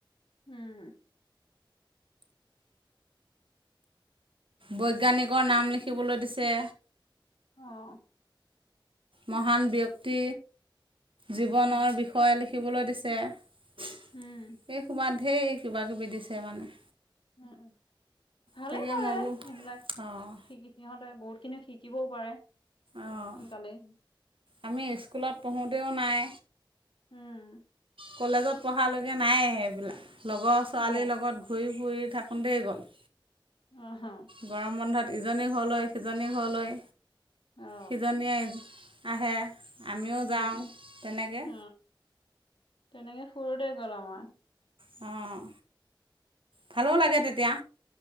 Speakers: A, on the left (about 75°); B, on the right (about 85°).
A: উম।
B: বৈজ্ঞানিকৰ নাম লিখিবলৈ দিছে
A: অ'।
B: মহান ব্যক্তি জীৱনৰ
A: অ
B: বিষয়ে লিখি শিকিবলৈ দিছে এইসোপা
A: উম
B: লি ধেই, কিবা-কিবি দিছে মানে।
A: উম, উম। ভালে
B: তাকে
A: হয়,
B: মই বোলো
A: সেইবিলাক
B: অঁ
A: শিকি, সিহঁতে বহুতখিনি শিকিবও পাৰে। ও
B: অঁ
A: সোনকালেই
B: আমি স্কুলত পঢ়োঁতেও নাই
A: উম।
B: কলেজত পঢ়ালৈকে নাই এইবিলাক। লগৰ ছোৱালীৰ
A: অ
B: লগত ঘূৰি-ফুৰি থাকোঁতেই গল।
A: অ, হা।
B: গৰম বন্ধত ইজনী ঘৰলৈ, সিজনী ঘৰলৈ
A: অ
B: সিজনীয়ে আহে। আমিও
A: উম
B: যাওঁ তেনেকে।
A: অ তেনেকে ফুৰোঁতে গ'ল আমাৰ।
B: অঁ ভালো লাগে তেতিয়া।